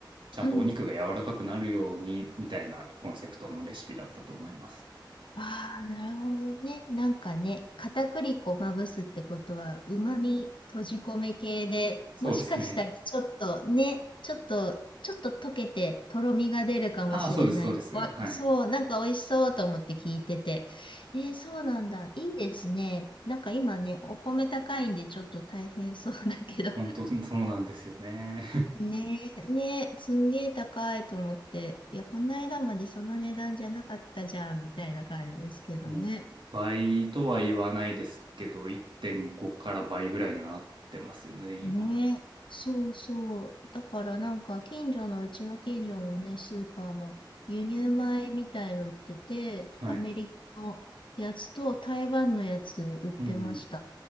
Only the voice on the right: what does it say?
ちゃんとお肉が柔らかくなるようにみたいなコンセプトのレシピだったと思います。
そうですね。
ああ、そうです、そうです。
はい。
本当にそうなんですよね。
<laughs> もう倍とは言わないですけど、1.5から倍ぐらいにはなってますよね、今。
はい。
うんうん。